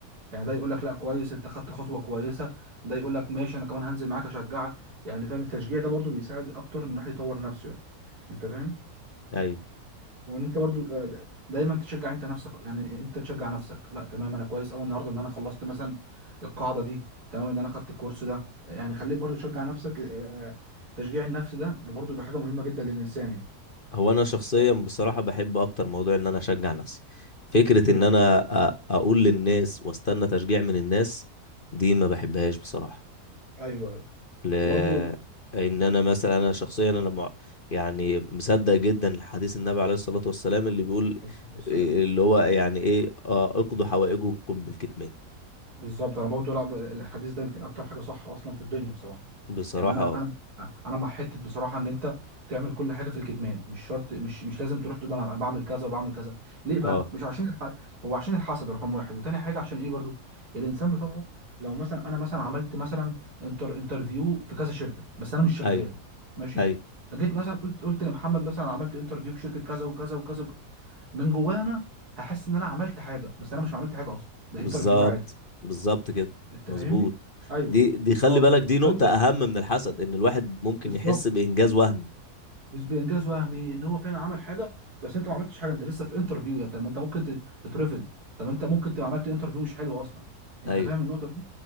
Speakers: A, on the right; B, on the left.
A: يعني ده يقول لك لا كويس انت خدت خطوه كويسه ده يقول لك ماشي انا كمان هنزل معاك اشجعك يعني فاهم التشجيع ده برضو بيساعد اكتر ان الواحد يطور نفسه يعني انت فاهم
B: أيوه
A: وان انت برضو آه، د- دايما تشجع انت نفسك يعني انت تشجع نفسك لا تمام انا كويس قوي النهارده ان انا خلصت مثلا القاعده دي تمام ان انا خدت الكورس ده يعني خليك برضو تشجع نفسك آه، تشجيع النفس ده برضو بيبقى حاجه مهمه جدا للانسان يعني
B: هو انا شخصيا بصراحه بحب اكتر موضوع ان انا اشجع نفسي فكره
A: ايوه
B: ان انا أ- اقول للناس واستنى تشجيع من الناس دي ما بحبهاش بصراحه
A: ايوه ايوه
B: لان
A: وبرضو عليه
B: انا مثلا انا شخصيا انا مع- يعني مصدق جدا حديث النبي عليه الصلاة والسلام اللي بيقول
A: الصلاة والسلام
B: إيه، اللي هو يعني ايه آه اقضوا حوائجكم بالكتمان
A: بالظبط انا برضو لا ب- الحديث ده يمكن اكتر حاجه صح اصلا في الدنيا بصراحه
B: بصراحة
A: يعني انا
B: اه
A: انا انا مع حته بصراحه ان انت تعمل كل حاجه في الكتمان مش شرط مش مش لازم تروح تقول انا أنا بعمل كذا وبعمل كذا ليه بقى
B: اه
A: مش عشان الح... هو عشان الحسد رقم واحد وتاني حاجه عشان ايه برضو الانسان بطبعه لو مثلا انا مثلا عملت مثلا انتر انترفيو في كذا شركه بس انا مش شغال
B: ايوه
A: ماشي
B: ايوه
A: جيت مثلا قلت قلت لمحمد مثلا أنا عملت انترفيو في شركه كذا وكذا وكذا وكذا. من جوايا انا هحس ان انا عملت حاجه بس انا مش عملت حاجه اصلا ده
B: بالظبط
A: انترفيو عادي
B: بالظبط كده
A: انت
B: مظبوط
A: فاهمني ايوه
B: دي دي خلي
A: اه ف...
B: بالك دي نقطة
A: فانت
B: اهم من الحسد ان الواحد ممكن
A: بالظبط
B: يحس بانجاز وهمي
A: بس بانجاز وهمي ان هو فعلا عمل حاجه بس انت ما عملتش حاجه انت لسه في انترفيو يا طب ما انت ممكن ت- تترفض طب انت ممكن تبقى عملت انترفيو مش حلو اصلا انت
B: ايوه
A: فاهم النقطه دي